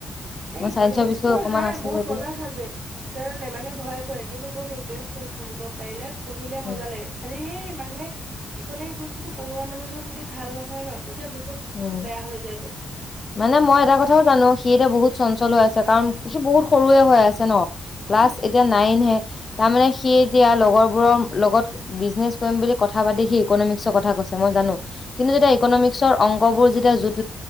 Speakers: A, on the right; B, on the left.
A: এই
B: মই
A: ইকনমিক্স
B: চাইন্সৰ বিষয়ে
A: টো
B: অকমান
A: নাই
B: আছে
A: বহুত
B: যদি
A: মজা চাবজেক্ট। জানানে নাই মানুহে ভয় কৰে কিন্তু বহুত ইন্তেৰ <unintelligible> পঢ়িব পাৰিলে পঢ়িলে
B: উম
A: মজা লাগে। খালি সেই মানুহে ইকনমিক্স বস্তুতো পঢ়োৱা মানুহজন যদি ভাল নহয় ন তেতিয়া বহুত
B: উম
A: বেয়া হৈ যায় বস্তুটো
B: মানে মই এটা কথাও জানো সি তিয়া বহু চঞ্চল আছে। <unintelligible> সি বহুত সৰুৱে হৈ আছে ন। ক্লাছ
A: উম
B: এতিয়া নাইনহে। তাৰমানে সি এতিয়া লগৰবোৰৰ লগত বিজনেচ কৰিম বুলি কথা পাতি সি ইকনমিক্সৰ কথা কৈছে মই জানো। কিন্তু যেতিয়া ইকনমিক্সৰ অংকবোৰ যেতিয়া য'ত